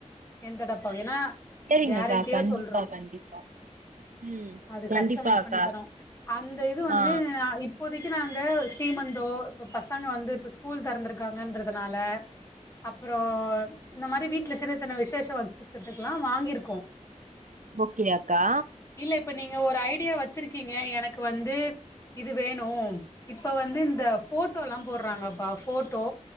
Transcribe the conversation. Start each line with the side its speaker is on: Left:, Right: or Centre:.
Left: எந்த டப்பா ஏன்னா
Right: செரிங்கக்கா
Left: கேரண்டியா
Right: கண்டிப்பா
Left: சொல்றோ
Right: கண்டிப்பா ம்
Left: அது
Right: கண்டிப்பா
Left: கஸ்டமைஸ்
Right: அக்கா
Left: பண்ணி தரோ அந்த இது வந்து
Right: ஆ
Left: நா இப் போதைக்கு நாங்க சீமந்தோ இப்ப பசங்க வந்து இப்ப ஸ்கூல் தெறந்திருக்காங்கன்றதுனால அப்புறோ இந்த மாரி வீட் ட்ல சின்ன சின்ன விசேஷ வச்சிக்கிறதுக்கலா வாங்கியிருக்கோ
Right: ஓகே அக்கா
Left: இல்ல இப்ப நீங்க ஒரு ஐடியா வச்சிருக்கீங்க எனக்கு வந்து இது வேணும் இப்போ வந்து இந்த ஃபோட்டோலாம் போட்றாங்கப்பா ஃபோட்டோ